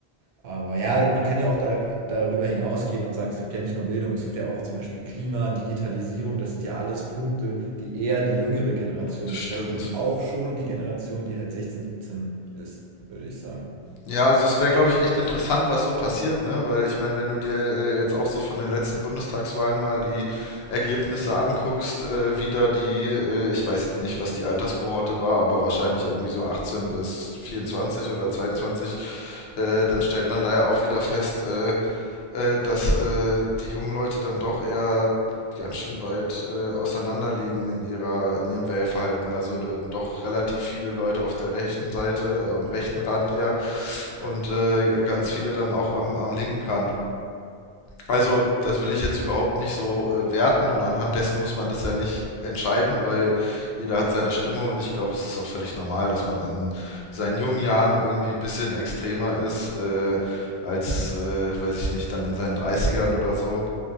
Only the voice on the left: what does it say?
Das
stimmt.
Ja, also es wäre, glaube ich, echt interessant, was so passiert, ne? Weil ich meine, wenn du dir äh, jetzt auch so von den letzten Bundestagswahlen mal die Ergebnisse anguckst, äh, wie da die, äh, ich weiß jetzt nicht, was die Alterskohorte war, aber wahrscheinlich irgendwie so 18 bis 24 oder 22, äh, dann stellt man da ja auch wieder fest, äh, äh, dass äh, die jungen Leute dann doch eher ganz schön weit äh, auseinander liegen in ihrer, in ihrem Wählverhalten. Also da- doch relativ viele Leute auf der rechten Seite, am rechten Rand eher, und äh, ganz viele dann auch am, am linken Rand. Also, das will ich jetzt überhaupt nicht so äh, werten und anhand dessen muss man das ja nicht entscheiden, weil jeder hat seine Stimme und ich glaube, es ist auch völlig normal, dass man in seinen jungen Jahren irgendwie ein bisschen extremer ist äh, als, äh, weiß ich nicht, dann in seinen Dreißigern oder so.